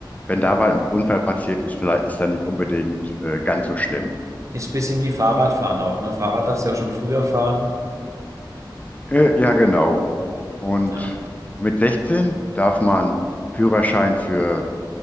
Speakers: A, on the left; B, on the right.
A: Wenn da was mit Unfall passiert ist, vielleicht ist dann nicht unbedingt äh, ganz so schlimm.
B: Ist ein bisschen wie Fahrradfahren auch, ne? Fahrrad darfst du ja auch schon früher fahren.
A: Äh, ja genau. Und
B: Ja.
A: mit 16 darf man Führerschein für